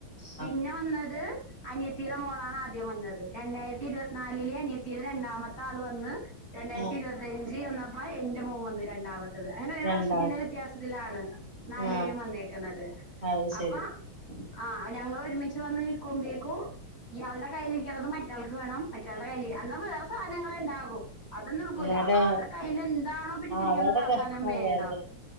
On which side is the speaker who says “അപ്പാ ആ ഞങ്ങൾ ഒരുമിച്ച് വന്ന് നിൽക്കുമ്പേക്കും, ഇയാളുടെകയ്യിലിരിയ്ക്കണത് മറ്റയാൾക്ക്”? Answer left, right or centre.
Left